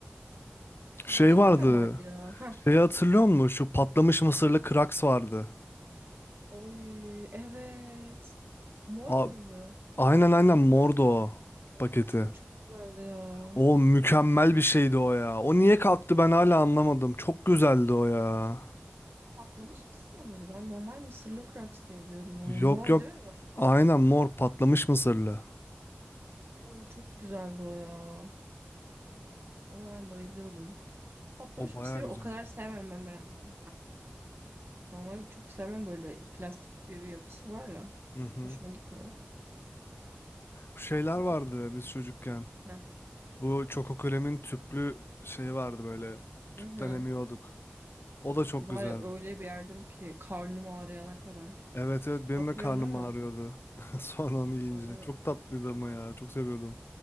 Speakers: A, on the left; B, on the right.
A: Şey
B: Başka
A: vardı.
B: ne vardı ya? Ha,
A: Şeyi hatırlıyor musun? Şu patlamış mısırlı kraks vardı.
B: oy evet. Mor
A: A-
B: muydu?
A: aynen aynen mordu o
B: Of
A: paketi.
B: o çok güzeldi ya.
A: O mükemmel bir şeydi o ya. O niye kalktı ben hala anlamadım. Çok güzeldi o ya.
B: Patlamış mısırlı mıydı? Ben normal mısırlı kraks diye biliyordum onu.
A: Yok
B: Mor
A: yok.
B: değil mi?
A: Aynen mor patlamış mısırlı.
B: O çok güzeldi o ya. Ona ben bayılıyordum. Patlamış
A: O baya
B: mısırı
A: güzeldi.
B: o kadar sevmem ben Meren hani. Normalde çok sevmem böyle plastik gibi bir yapısı var ya.
A: Hı hı.
B: Hoşuma gitmiyor.
A: Bu şeyler
B: Ama
A: vardı biz çocukken.
B: ne?
A: Bu Çokokürem'in tüplü şeyi vardı böyle.
B: Hı
A: Tüpten
B: hı.
A: emiyorduk. O da çok
B: Var
A: güzeldi.
B: ya öyle bir yerdim ki karnım ağrıyana kadar.
A: Evet evet benim
B: Hatırlıyorsun
A: de karnım
B: değil mi?
A: ağrıyordu. <laughs> Sonra onu yiyince.
B: Böyle
A: Çok tatlıydı ama ya. Çok seviyordum.